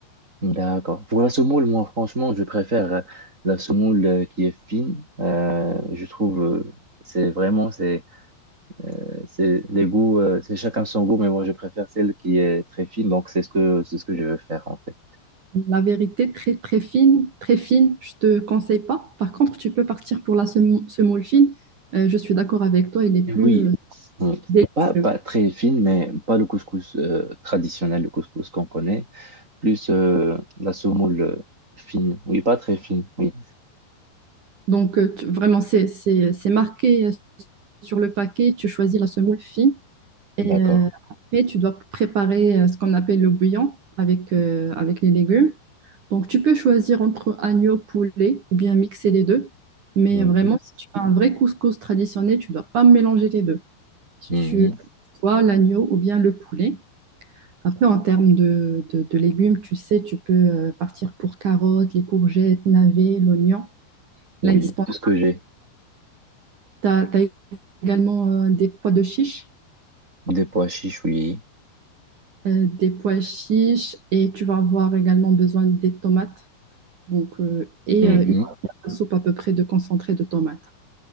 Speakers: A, on the right; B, on the right.
A: D'accord. Pour la semoule, moi franchement, je préfère euh, la semoule euh, qui est fine. Euh, je trouve, euh, c'est vraiment, c'est, euh, c'est les goûts, euh, c'est chacun son goût, mais moi je préfère celle qui est très fine, donc c'est ce que, c'est ce que je veux faire en fait.
B: La vérité, très très fine, très fine, je ne te conseille pas. Par contre, tu peux partir pour la semou- semoule fine. Euh, je suis d'accord avec toi, elle est plus
A: Oui, oui.
B: euh,
A: hum,
B: délicieuse.
A: Pas, pas très fine, mais pas le couscous euh, traditionnel, le couscous qu'on connaît. plus euh, la semoule euh, fine. Oui, pas très fine, oui.
B: Donc, euh, tu- vraiment, c'est c'est- c'est marqué euh, sur le paquet, tu choisis la semoule fine. Et
A: D'accord.
B: euh, après, tu dois préparer euh, ce qu'on appelle le bouillon avec, euh, avec les légumes. Donc, tu peux choisir entre agneau, poulet ou bien mixer les deux. Mais
A: Mhm.
B: vraiment, si tu fais un vrai couscous traditionnel, tu dois pas mélanger les deux. Si
A: Mhm.
B: tu vois l'agneau ou bien le poulet. Après, en termes de, de, de légumes, tu sais, tu peux euh, partir pour carottes, les courgettes, navets, l'oignon,
A: Oui.
B: l'indispensable.
A: Tout ce que j'ai?
B: Tu as, également euh, des pois de chiche.
A: Des pois chiches, oui.
B: euh, des pois chiches et tu vas avoir également besoin des tomates donc, euh, et
A: Mhm.
B: euh, une soupe à peu près de concentré de tomates.